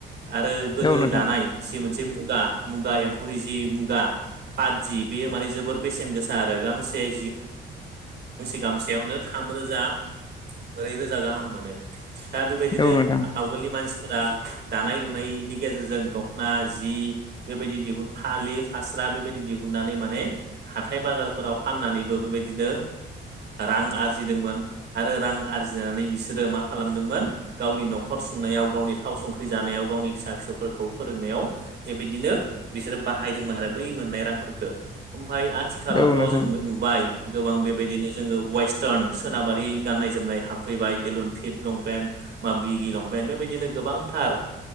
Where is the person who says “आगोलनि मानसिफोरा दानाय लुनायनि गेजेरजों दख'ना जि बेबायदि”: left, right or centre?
Right